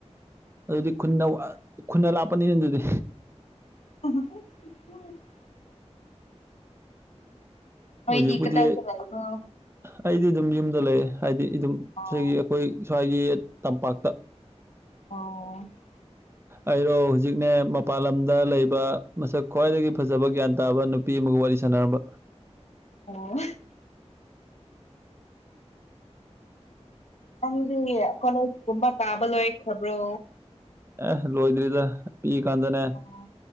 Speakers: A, on the right; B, on the left.
A: ꯑꯗꯨꯗꯤ ꯈꯨꯟꯅꯧ ꯑ ꯈꯨꯟ ꯑꯂꯥꯞꯄꯅꯤꯅꯦ ꯑꯗꯨꯗꯤ
B: <inaudible> ꯅꯣꯏꯗꯤ
A: ꯍꯧꯖꯤꯛꯄꯨꯗꯤ
B: ꯀꯗꯥꯏꯗ ꯂꯩꯕ꯭ꯔꯣ
A: ꯑꯩꯗꯤ ꯑꯗꯨꯝ ꯌꯨꯝꯗ ꯂꯩ ꯍꯥꯏꯗꯤ ꯑꯗꯨꯝ
B: ꯑꯣ
A: ꯁꯤꯒꯤ ꯑꯩꯈꯣꯏ ꯁ꯭ꯋꯥꯏꯒꯤ ꯇꯝꯄꯥꯛꯇ
B: ꯑꯧ ꯑꯣ
A: ꯑꯩꯔꯣ ꯍꯨꯖꯤꯛꯅꯦ ꯃꯄꯥꯟ ꯂꯝꯗ ꯂꯩꯕ ꯃꯁꯛ ꯈ꯭ꯋꯥꯏꯗꯒꯤ ꯐꯖꯕ ꯒ꯭ꯌꯥꯟ ꯇꯥꯕ ꯅꯨ ꯄꯤ ꯑꯃꯒ ꯋꯥꯔꯤ ꯁꯥꯟꯅꯔꯝꯕ
B: ꯑꯣ ꯅꯪꯗꯤ ꯀꯣꯂꯦꯖ ꯀꯨꯝꯕ ꯇꯥꯕ ꯂꯣꯏꯈ꯭ꯔꯕ꯭ꯔꯣ
A: ꯑꯦ ꯂꯣꯏꯗ꯭ꯔꯤꯗ ꯄꯤꯛꯏꯀꯥꯟꯗꯅꯦ
B: ꯑꯣ